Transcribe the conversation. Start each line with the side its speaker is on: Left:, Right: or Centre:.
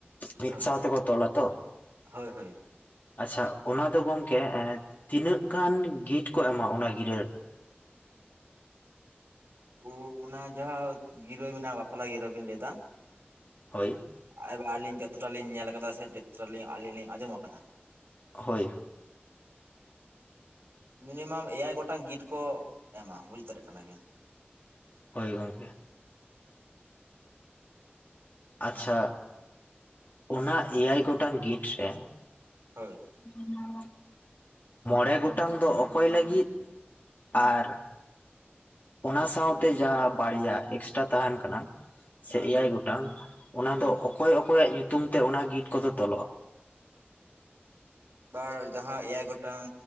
Left: ᱢᱤᱫ
Right: ᱦᱳᱭ
Left: ᱥᱟᱶ ᱛᱮᱵᱚ ᱛᱚᱞᱟ ᱛᱚ
Right: ᱦᱳᱭ ᱦᱳᱭ
Left: ᱟᱪᱪᱷᱟ ᱚᱱᱟ ᱫᱚ ᱜᱚᱝᱠᱮ ᱛᱤᱱᱟᱹᱜ ᱜᱟᱱ ᱜᱤᱴ ᱠᱚ ᱮᱢᱟ ᱚᱱᱟ ᱜᱤᱨᱟᱹ
Right: ᱚᱱᱟ ᱡᱟᱦᱟᱸ ᱜᱤᱨᱟᱹ ᱢᱮᱱᱟᱜᱼᱟ ᱵᱟᱯᱞᱟ ᱜᱤᱨᱟᱹ ᱵᱮᱱ ᱞᱟᱹᱭ ᱫᱟ
Left: ᱦᱳᱭ
Right: ᱮᱵᱟᱨ ᱟᱹᱞᱤᱧ ᱡᱚᱛᱚᱴᱟ ᱞᱤᱧ ᱧᱮᱞ ᱟᱠᱟᱫᱟ ᱥᱮ ᱡᱚᱛᱚᱴᱟ ᱟᱹᱞᱤᱧ ᱟᱸᱡᱚᱢ ᱟᱠᱟᱫᱟ
Left: ᱦᱳᱭ
Right: ᱢᱤᱱᱤᱢᱟᱢ ᱮᱭᱟᱭ ᱜᱚᱴᱟᱝ ᱜᱤᱴ ᱠᱚ ᱮᱢᱟ ᱵᱩᱡᱽ ᱫᱟᱲᱮᱭᱟᱜ ᱠᱟᱱᱟ ᱵᱤᱱ
Left: ᱦᱳᱭ ᱜᱚᱝᱠᱮ ᱟᱪᱪᱷᱟ ᱚᱱᱟ ᱮᱭᱟᱭ ᱜᱚᱴᱟᱝ ᱜᱤᱴ ᱨᱮ
Right: ᱦᱳᱭ
Left: ᱦᱩᱸ <unintelligible> ᱢᱚᱬᱮ ᱜᱚᱴᱟᱝ ᱫᱚ ᱚᱠᱚᱭ ᱞᱟᱹᱜᱤᱫ ᱟᱨ ᱚᱱᱟ ᱥᱟᱶᱛᱮ ᱡᱟ ᱵᱟᱨᱭᱟ ᱮᱠᱥᱴᱟᱨᱟ ᱛᱟᱦᱮᱱ ᱠᱟᱱᱟ ᱥᱮ
Right: ᱦᱮᱸ
Left: ᱮᱭᱟᱭ ᱜᱚᱴᱟᱝ ᱚᱱᱟ
Right: ᱦᱩᱸ
Left: ᱫᱚ ᱚᱠᱚᱭ ᱚᱠᱚᱭᱟᱜ ᱧᱩᱛᱩᱢ ᱛᱮ ᱚᱱᱟ ᱜᱤᱴ ᱠᱚᱫᱚ ᱛᱚᱞᱚᱜ-ᱟ
Right: ᱵᱟᱨ ᱡᱟᱦᱟᱸ ᱮᱭᱟᱭ ᱜᱚᱴᱟᱝ